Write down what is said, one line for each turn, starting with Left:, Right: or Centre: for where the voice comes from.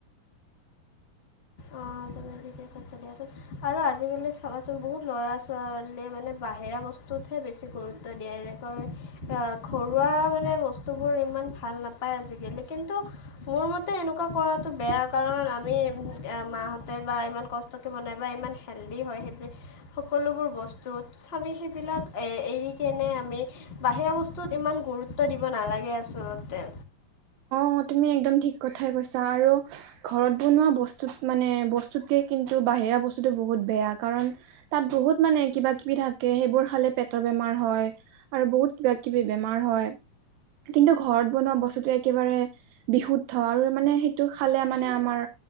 Left: অ' তুমি ঠিকে কৈছা দিয়াছোন। আৰু আজিকালি চাবাচোন বহুত ল'ৰা ছোৱালীয়ে মানে বাহিৰা বস্তুতহে বেছি গুৰুত্ব ত্ব দিয়ে, এনেকৈ আহ ঘৰুৱা মানে বস্তুবোৰ ইমান ভাল নাপায় আজিকালি। কিন্তু মোৰ মতে এনেকুৱা কৰাতটো বেয়া। কাৰণ আমি মাহঁতে বা ইমান কষ্টকৈ বনায় বা ইমান হেল্ডি হয়। সেই সকলোবোৰ বস্তুত আমি সেইবিলাক এৰিকিনে আমি বাহিৰা বস্তুত ইমান গুৰুত্ব দিব নালাগে আচলতে।
Right: অ', তুমি একদম ঠিক কথাই কৈছা আৰু ঘৰত বনোৱা বস্তুত মানে বস্তুতকে কিন্তু বাহিৰা বস্তুতটো বহুত বেয়া কাৰণ তাত বহুত মানে কিবা কিবি থাকে, সেইবোৰ খালে পেটৰ বেমাৰ হয়। আৰু বহুত কিবা কিবি বেমাৰ হয়, কিন্তু ঘৰত বনোৱা বস্তুটো একেবাৰে বিশুদ্ধ আৰু মানে সেইটো খালে মানে আমাৰ